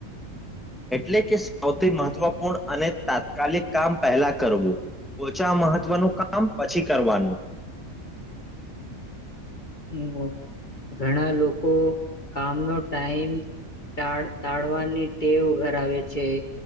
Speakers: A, in the centre; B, on the left.
A: એટલે કે સૌથી મહત્વપૂર્ણ અને તાત્કાલિક કામ પહેલા કરવું ઓછા મહત્વનું કામ પછી કરવાનું
B: હ ઘણા લોકો કામનો ટાઈમ ટા ટાળવાની ટેવ ધરાવે છે